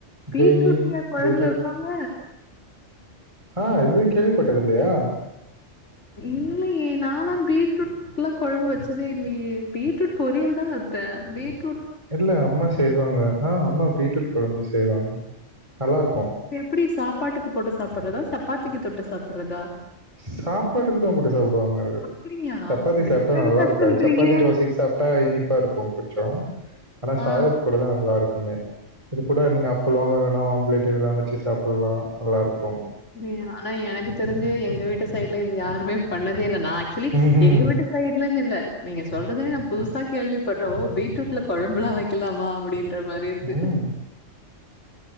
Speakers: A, on the left (about 70°); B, on the right (about 25°).
A: பீட்ரூட்லயா
B: கிரேவி,
A: கொழம்பு
B: பீட்ரூட்
A: வெப்பாங்க
B: ஆ இது வரை கேள்விப்பட்டதில்லையா
A: இல்லையே நாலாம் பீட்ரூட் ட்லாம் கொழம்பு வெச்சதே இல்லியே பீட்ரூட் பொரியல் தா வெப்பே பீட்
B: தெர்ல அம்மா செய்வாங்க ஆ அம்மா பீட்ரூட் கொழம்பு செய்வாங் நல்லாருக்கு
A: எப்புடி சாப்பாட்டுக்கு போட்டு சாப்புட்றதா சப்பாத்திக்கு தொட்டு சாப்புட்றதா
B: சாப்பாட்டுக்கு தா போட்டு சாப்புடுவாங்க அது
A: அப்டியா
B: சப்பாத்திக்கு
A: டிஃப்ரெண்டா
B: சாப்ட்டா நல்லாருக்காது
A: சொல்றீங்க
B: சப்பாத்தி தோசைக்கு சாப்ட்டா இனிப்பா இருக்கு கொஞ்சோம் ஆனா சாதத்து
A: ஆ
B: கூடதா நல்லா இருக்குமே இது கூட நீங்க அப்பளோ இல்லன்னா ஆம்ளேட்டு இதெல்லா வெச்சி சாப்புல்லா நல்லாருக்கு
A: அப்டியா ஆனா எனக்கு தெரிஞ்சி எங்க வீட்டு சைட்ல இது யாருமே பண்ணதே இல்ல நா ஆக்சுவலி
B: ம்ஹ்ம்.
A: எங்க வீட்டு இதுல இல்லன்னு இல்ல நீங்க சொல்றதே நா புதுசா கேள்விப்பட்ற ஓ பீட்ரூட்ல கொழம்பெல்லா வெக்கலாமா அப்டின் ன்‌ற மாரி இருக்கு
B: ம்.